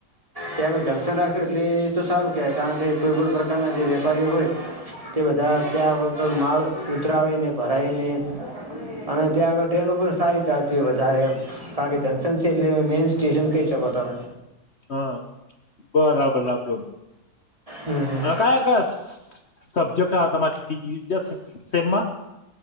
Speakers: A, on the right; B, on the left.
A: ત્યાં આગળ જ રાખ્યું એટલે એ તો સારું કહેવાય કારણ કે કોઈ પણ પ્રકારના જે વેપારીઓ હોય તે બધા ત્યાં વગર માળ ઉતરાવેને ભરાઈને અને ત્યાં આગળ ટ્રેનો પણ સારી ચાલતી હોય વધારે એમ. કારણ કે જંક્શન છે એટલે મેઈન સ્ટેશન કહી શકો તમે.
B: હા, બરાબર આપ.
A: હમ હમ
B: અ ક્યા કયા સ સબ્જેક્ટ આવે તમારે તીજા સેમ સેમમાં?